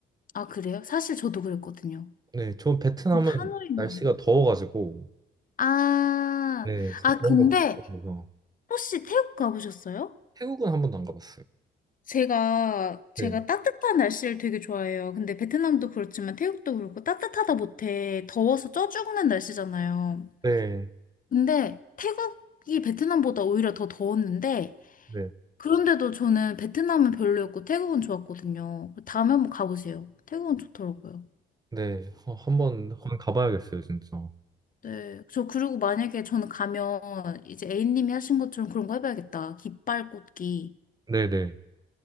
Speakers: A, on the left; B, on the right.
A: 아, 그래요? 사실 저도 그랬거든요.
B: 네, 저 베트남은
A: 전 하노이만.
B: 날씨가 더워가지고
A: 아,
B: 네, 진짜
A: 아,
B: 더운
A: 근데
B: 거 못해서
A: 혹시 태국 가보셨어요?
B: 태국은 한 번도 안 가봤어요.
A: 제가, 제가
B: 네.
A: 따뜻한 날씨를 되게 좋아해요. 근데 베트남도 그렇지만 태국도 그렇고 따뜻하다 못해 더워서 쪄 죽는 날씨잖아요.
B: 네.
A: 근데 태국이 베트남보다 오히려 더 더웠는데
B: 네.
A: 그런데도 저는 베트남은 별로였고 태국은 좋았거든요. 다음에 한번 가보세요. 태국은 좋더라고요.
B: 네. 어, 한번 한번 가봐야겠어요, 진짜.
A: 네. 저 그리고 만약에 저는 가면 이제 A님이 하신 것처럼 그런 거 해봐야겠다. 깃발 꽂기.
B: 네, 네.